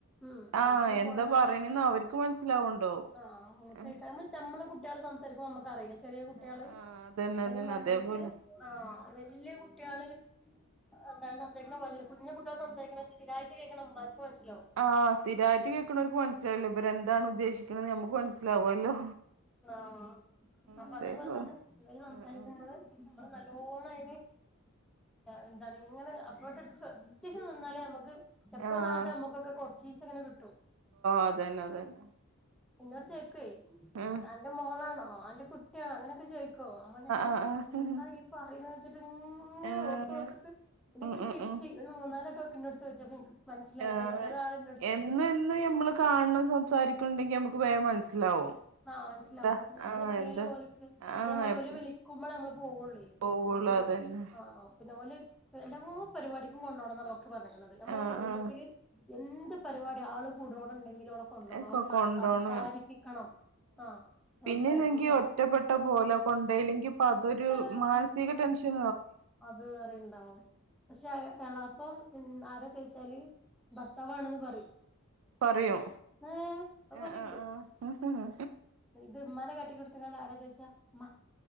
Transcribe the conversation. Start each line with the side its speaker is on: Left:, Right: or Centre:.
Centre: ഉം
Right: ആഹ്
Centre: ബാത്ത്റൂം
Right: എന്താ
Centre: പോണാ
Right: പറയണന്ന് അവർക്ക് മനസ്സിലാവ്ണ്ടോ
Centre: ആഹ് മൂത്രയിക്കാ
Right: ആഹ്
Centre: <unintelligible> അമ്മളെ കുട്ട്യേള് സംസാരിക്കുമ്പോ അമ്മക്ക് അറിയില്ലേ ചെറിയ കുട്ട്യേള്
Right: ആഹ് അതന്നെ
Centre: അയിനും
Right: അതന്നെ
Centre: മാണ്ടീട്ട്
Right: അതേപോലെ
Centre: ആഹ് വല്ല്യ കുട്ട്യേള് <unintelligible> കുഞ്ഞ് കുട്ട്യേള് സംസാരിക്ക്ണേ സ്ഥിരായിട്ട് കേക്ക്ണ അമ്മമ്മാർക്ക് മനസ്സി
Right: ആ സ്ഥിരായിട്ട് കേക്കണൂർക്ക് മനസ്സിലാവില്ലേ ഇവർ എന്താണ് ഉദ്ദേശിക്ക്ണെന്ന് ഞമ്മക്ക് മനസ്സിലാവുവല്ലോ.
Centre: ആഹ് അപ്പൊ
Right: അതേപ്പോ
Centre: അതേപോലെ തന്നെ ഇവര് സംസാരിക്കുമ്പോള്-
Right: ആഹ് ആഹ്
Centre: അമ്മള് നല്ലോണം അയിന് എന്താണ് ഇങ്ങനെ എഫ്‌ഫോർട്ട് എടുത്ത് ശ്രദ്ധിച്ച് നിന്നാലേ ഞമ്മക്ക്- എപ്പോളും
Right: ആഹ്
Centre: കാണാത്ത അമ്മക്കൊക്കെ കൊറച്ചീച്ചങ്ങനെ കി
Right: അതന്നെ അതന്നെ
Centre: ഇന്നോട് ചോയിക്കുവേ
Right: ആഹ്
Centre: അന്റെ മോളാണോ അന്റെ കുട്ടിയാണോ അങ്ങനെയൊക്കെ ചോയി ക്ക് വോ അവൻ ഞാനെ
Right: ആഹ് ആഹ് ആഹ്
Centre: എന്താ ഈ പറയുന്നെ - ഇങ്ങനെ
Right: ആഹ്
Centre: ഓർത്ത് ഓർത്തിട്ട് പിന്നെ
Right: ഉം
Centre: ഇന്ക്ക്
Right: ഉം
Centre: കിട്ടി
Right: ഉം
Centre: ഒരു മൂന്നാലൊട്ടെക്ക ഇന്നോട് ചോദിച്ചപ്പ ഇന്ക്ക് മനസ്സിലായത്
Right: ആഹ്
Centre: ഇത് എങ്ങനെയാണ്
Right: എന്ന് യെന്ന് നമ്മള് കാണണം സംസാരിക്കുണ്ടെങ്കി നമ്മക്ക് വേഗം മനസ്സിലാവും
Centre: ആ മനസ്സിലാവും
Right: എന്താ
Centre: നമ്മള്
Right: ആഹ്
Centre: എപ്പളേലും
Right: എന്താ
Centre: ഓലെക്ക
Right: ആഹ്
Centre: ഇതേമാരി
Right: എപ്പ
Centre: ഓല് വിളിക്കുമ്പോ നമ്മള് പോവോളെ ഇനീപ്പം
Right: പോവുള്ളൂ അതന്നെ
Centre: ആ പിന്നെ ഓല് എല്ലാ പരിപാടിക്കും കൊണ്ടോണന്നാ ഡോക്ടർ പറഞ്ഞിക്ക്ണത് നമ്മള്
Right: ആഹ്
Centre: കുടുംബത്തില്.
Right: ആഹ്
Centre: എന്ത് പരിപാടി ആള് കൂട്ണോടം ഇണ്ടെങ്കിലും ഓളെ കൊണ്ടോണം
Right: ഒക്കെ
Centre: ഓളെ
Right: കൊണ്ടോണം
Centre: സംസാരിപ്പിക്കണം. ആഹ്
Right: പിന്നെ
Centre: സംസാരിപ്പിക്കണം
Right: എന്നെങ്കി ഒറ്റപ്പെട്ട പോലെ കൊണ്ടോയില്ലെങ്കി ഇപ്പൊ അതൊരു
Centre: ഏഹ്
Right: മാനസിക ടെൻഷൻ
Centre: അത് വേറെണ്ടാവും പക്ഷെ എളാപ്പം ആരാ ചോയിച്ചാല്- ഭർത്താവാണെന്ന് പറയും
Right: പറയും
Centre: ആഹ് അത്
Right: ആഹ്
Centre: പറയ്ണ്ട്
Right: ആഹ് ആഹ്
Centre: ത് ഉമ്മാനെ കാട്ടിക്കൊടുത്താണ്ട് ആരാ ചോയ്- ച്ച മ <unintelligible>